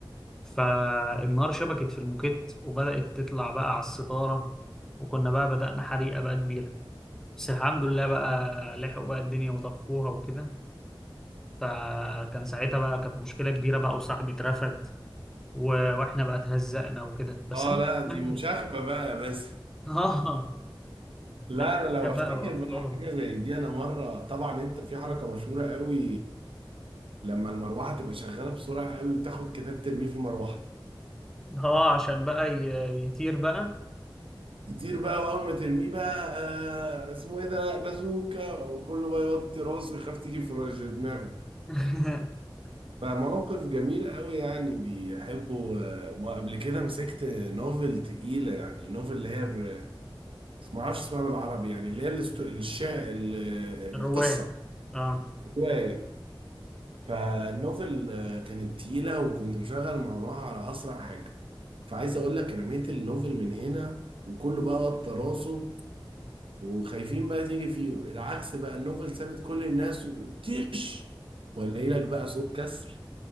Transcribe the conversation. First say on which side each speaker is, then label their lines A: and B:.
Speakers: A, in the centre; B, on the right.
A: فالنار شبكت في الموكيت وبدأت تطلع بقى على الستارة وكنا بقى بدأنا حريقة بقى كبيرة بس الحمد لله بقى لحقوا بقى الدنيا وطفوها وكده فكان ساعتها بقى كانت مشكلة كبيرة بقى وصاحبي اترفد و... واحنا بقى اتهزقنا وكده بس
B: اه
A: أنا
B: لا دي
A: كان عندي
B: مشاغبه بقى بس
A: <laughs> اه
B: لا
A: أشركة
B: انا لو
A: بقى
B: افتكر
A: وأطفال
B: بقى حاجه زي دي انا مره طبعا انت في حركه مشهوره قوي لما المروحه تبقى شغاله بسرعه قوي وتاخد كتاب ترميه في مروحه
A: اه عشان بقى ي... يطير بقى
B: يطير بقى واول ما ترميه بقى آه اسمه ايه ده بازوكا وكله بقى يوطي راسه ويخاف تيجي في رش دماغه
A: <laughs>
B: فموقف جميل قوي يعني بيحبه آه، ما قبل كده مسكت نوفل تقيله يعني نوفل اللي هي الر- ما اعرفش اسمها بالعربي يعني اللي هي الاست- الشا ال-
A: الرواية
B: القصه
A: اه
B: روايه فالنوفل آه، كانت تقيلة وكنت مشغل مروحة على أسرع حاجة فعايز أقول لك أنا رميت النوفل من هنا وكله بقى قط راسه وخايفين بقى تيجي فيه العكس بقى النوفل سابت كل الناس وتش ولاقي لك بقى صوت كسر